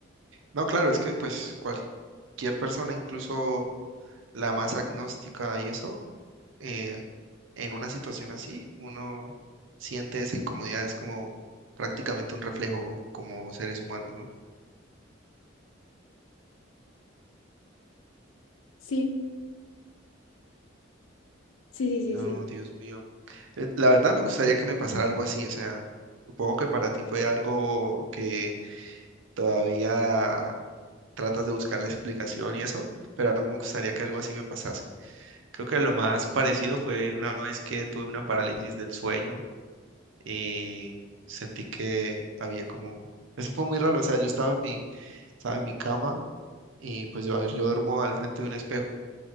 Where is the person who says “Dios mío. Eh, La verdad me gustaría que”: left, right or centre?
Right